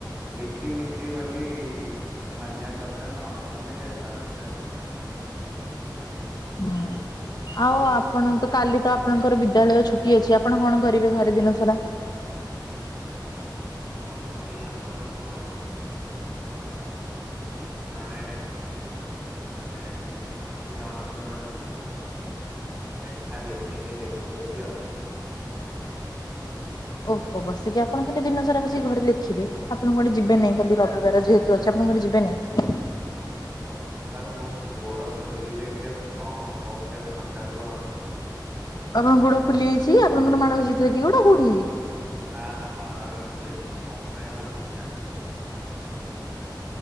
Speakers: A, on the right; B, on the left.
A: ରିତି ନିତି ବୋଲି ମାନିଆ କଥା ନହଲେ ତାପରେ ତ ନାହିଁ।
B: ହୁଁ ଆଉ
A: ପୂର୍ବରୁ
B: ଆପଣ ତ କାଲି ତ
A: ମାନେ
B: ଆପଣଙ୍କର ବି ଦ୍ୟାଳୟ ଛୁଟି ଅଛି ଆପଣ କଣ କରିବେ ଘରେ ଦିନ ସାରା?
A: <unintelligible> ସେଇ ଆମର ଯୋ ଜଣେ ମାନେ ଅତି ଜଣଙ୍କର ଲେଖା ଲେଖିନି ଲେଖିଦେବି ଆଉ।
B: ଓହୋ, ବସିକି ଆପଣ ଖାଲି ଦିନ ସାରା ବସିକି ଲେଖିବେ ଆପଣ କୁଆଡେ ଯିବେ ନାଇଁ କାଲି ରବିବାର ଯେହେ ତୁ ଅଛି ଆପଣ କୁଆଡେ ଯିବେନେଇଁ।
A: ରବିବାର ମୋ ଗୋଡ ଫୁଲିଯାଇଚି ଯେ ଏବେ କଣ ହବ ମୁଁ ଖାଲି ସକାଳ କୁ ଭାବୁଚି।
B: ଆପଣଙ୍କ ଗୋଡ ଫୁଲି ଯାଇଚି। ଆପଣଙ୍କ ର ମାଡ ହେଇଯାଇଥିଲା କି ଗୋଡ କୋଉଠି?
A: ନାଁ ନାଁ ମାଡ ହେଇନି ଜେ, କଣ ପାଇଁ ହେଲା ମୁଁ ବି ଜାଣିନି।